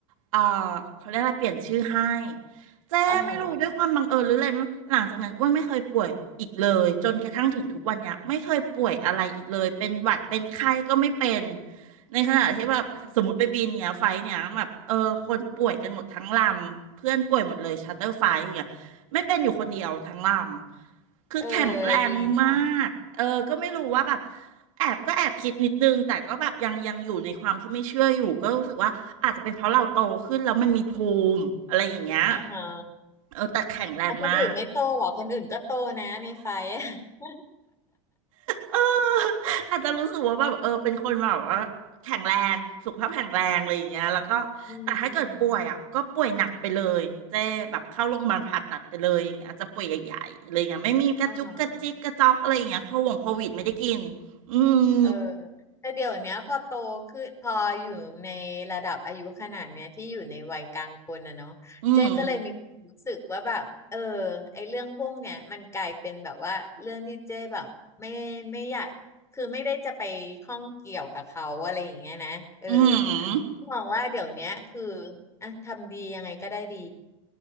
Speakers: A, on the right (about 75°); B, on the left (about 15°).
A: เออเขาเรียกอะไรเปลี่ยนชื่อให้เจ๊ไม่รู้ด้วยความบังเอิญหรืออะไรไม่รู้หลังจากนั้นอ้วนไม่เคยป่วยอีกเลยจนกระทั่งถึงทุกวันเนี้ยไม่เคยป่วยอะไรอีกเลยเป็นหวัดเป็นไข้ก็ไม่เป็น
B: อ่าฮะ
A: ในขณะที่แบบสมมติไปบินเนี้ยไฟล์เนี้ยแบบเออคนป่วยกันหมดทั้งลำเพื่อนป่วยหมดเลยชาร์เตอร์ไฟล์อย่างเงี้ย ไม่เป็นอยู่คนเดียวทั้งลำ คือแข็งแรงมาก
B: เออดีเนาะ
A: เออ ก็ไม่รู้ว่าแบบแอบก็แอบคิดนิดนึงแต่ก็แบบยังยังอยู่ในความที่ไม่เชื่ออยู่ก็รู้สึกว่าอาจจะเป็นเพราะเราโตขึ้นแล้วมันมีภูมิอะไรอย่างเงี้ย
B: อ่าฮะ
A: เออแต่แข็งแรงมาก
B: แล้วคนอื่นไม่โตเหรอคนอื่นก็โตนะในไฟอะ <laughs>
A: เอออาจจะรู้สึกว่าแบบเออเป็นคนแบบว่าแข็งแรงสุขภาพแข็งแรงอะไรอย่างเงี้ยแล้วก็
B: อืม
A: แต่ถ้าเกิดป่วยอ่ะก็ป่วยหนักไปเลยเจ๊แบบเข้าโรงพยาบาลผ่าตัดไปเลยอย่างเงี้ยอาจจะป่วยใหญ่ๆอะไรอย่างเงี้ยไม่มีกระจุกกระจิกกระจอกอะไรอย่างเงี้ยโควงโควิดไม่ได้กิน
B: อ่า
A: อืม
B: เออแต่เดี๋ยวเนี้ยพอโตขึ้นพออยู่ในระดับอายุขนาดเนี้ยที่อยู่ในวัยกลางคนนะเนาะเจ๊ก็เลยมีความรู้สึกว่าแบบเออ
A: อืม
B: ไอเรื่องพวกเนี้ยมันกลายเป็นแบบว่าเรื่องที่เจ๊แบบไม่ไม่อยากคือไม่ได้จะไปข้องเกี่ยวกับเขาอะไรอย่างเงี้ยนะเออ
A: อืม
B: มองว่าเดี๋ยวเนี้ยคืออ่ะทำดียังไงก็ได้ดี